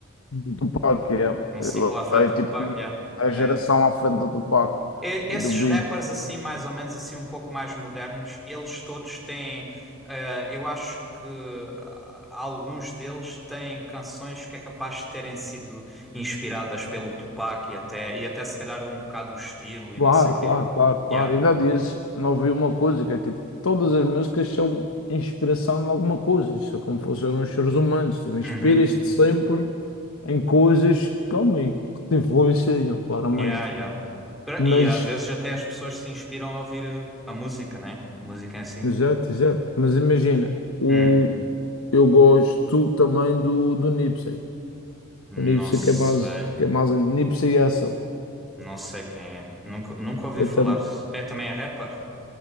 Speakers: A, on the left; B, in the centre.
A: do Tupac. é
B: Um
A: Ele
B: ciclo à frente
A: é
B: do
A: tipo
B: Tupac, yeah.
A: a
B: Yeah,
A: geração
B: yeah.
A: à frente do Tupac
B: E- Esses
A: e do Big.
B: rappers assim, mais ou menos assim, um pouco mais modernos, eles todos têm, eh, eu acho que ah, alguns deles têm canções que é capaz de terem sido inspiradas pelo Tupac e até, e até se calhar um bocado o estilo e
A: Claro,
B: não sei o quê.
A: claro, claro, claro.
B: Yeah.
A: Ainda há dias não ouvi uma coisa que é tipo: todas as músicas são inspiração em alguma coisa. Isso é como funcionam os seres humanos. Tu inspiras-te
B: Uhum.
A: sempre em coisas que, homem, que te influenciam, claramente.
B: Yeah, yeah. Pra-
A: Mas
B: E às vezes até as pessoas se inspiram a ouvir eh, a música, né? Música em si.
A: Exato, exato. Mas imagina, o...
B: Hum,
A: eu gosto também do, do Nipsey.
B: não
A: O Nipsey
B: sei.
A: que é mais, que é mais an- Nipsey Hussle.
B: Não sei quem é. Nunca, nunca ouvi
A: É,
B: falar.
A: tam...
B: É, também é rapper?